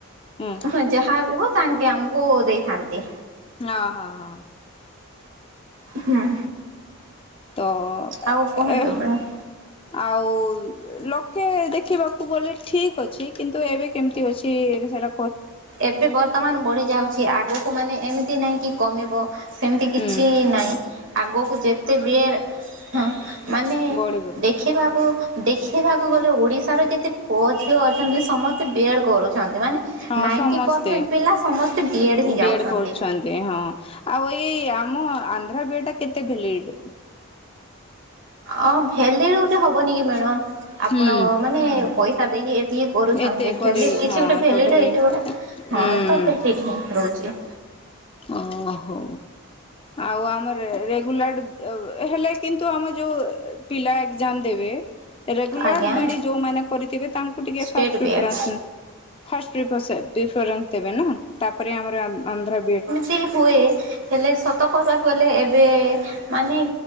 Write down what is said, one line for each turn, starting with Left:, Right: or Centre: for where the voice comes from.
Left: ହୁଁ
Right: ହଁ ଯାହା ଆଣିବ। ତାଙ୍କେ ଆମକୁ ଦେଇଥାନ୍ତି।
Left: ହଁ ହଁ ହଁ
Right: ହୁଁ
Left: ତ
Right: ଆଉ କୁହନ୍ତୁ
Left: ଏ
Right: ମ୍ୟାଡ଼ାମ
Left: ଆଉ ଲକ୍ ହେ ଦେଖିବାକୁ ଗଲେ ଠିକ ଅଛି କିନ୍ତୁ ଏବେ କେମିତି ଅଛି ସେଟା
Right: ଏବେ ବର୍ତ୍ତମାନ ବଢି ଯାଉଛି ଆଗକୁ ମାନେ ଏମିତି ଏମିତି ନାହିଁ କି କମିବ ସେମିତି କିଛି
Left: ହୁଁ।
Right: ନାହିଁ ଆଗକୁ ଯେତେ ବି ହଁ ମାନେ
Left: ବଢିବ
Right: ଦେଖିବାକୁ ଦେଖିବାକୁ ଗଲେ ଓଡ଼ିଶା ଓଡିଶା ରେ ଯେତେ ପୁଅ ଝିଅ ଅଛନ୍ତି ସମସ୍ତେ ବିଏଡ କରୁଛନ୍ତି ମାନେ
Left: ହଁ
Right: ନାଇଣ୍ଟି
Left: ସମସ୍ତେ
Right: ପରସେଣ୍ଟ ପିଲା ସମସ୍ତେ ବିଏଡ଼୍ ହିଁ ଯାଉଛନ୍ତି।
Left: ବିଏଡ୍ କରୁଛନ୍ତି ହଁ ଆଉ ଏଇ ଆମ ଆନ୍ଧ୍ର ବିଏଡ୍ କେତେ ଡିଲେଇଟ୍
Right: ଅ ଭେଲିଡ ଗୋଟେ ହବ ହବନି କି ମ୍ୟାଡ଼ମ୍ ଆପଣ
Left: ହୁଁ
Right: ମାନେ ପଇସା ଦେଇକି ଏତିକି କରୁଛନ୍ତି
Left: ଏତେ କରିବେ
Right: ଭେଲିଡ କିଛି
Left: ହଁ
Right: ଗୋଟେ ଭେଲିଡ
Left: ତ ଭ୍ୟାଲିଡ
Right: ହେଇଥିବ ନା
Left: ହୁଁ
Right: ହଁ ତ ରହୁଛି।
Left: ଓ ହୋ ଆଉ ଆମର ରେଗୁଲାର ହେଲେ କିନ୍ତୁ ଆମ ଯୋଉ ପିଲା ଏକଜାମ୍ ଦେବେ ରେଗୁଲାର
Right: ଆଜ୍ଞା
Left: ବିଏଡ୍ ଯୋଉମାନେ କରିଥିବେ ତାଙ୍କୁ ଟିକେ
Right: state
Left: first difference
Right: BEd
Left: first difference ଦେବେ ହେଲା ତାପରେ ଆମର ଆନ୍ଧ୍ର ବିଏଡ୍
Right: ଏମିତି ହୁଏ ହେଲେ ସତ କହିବାକୁ ଗଲେ ଏବେ ମାନେ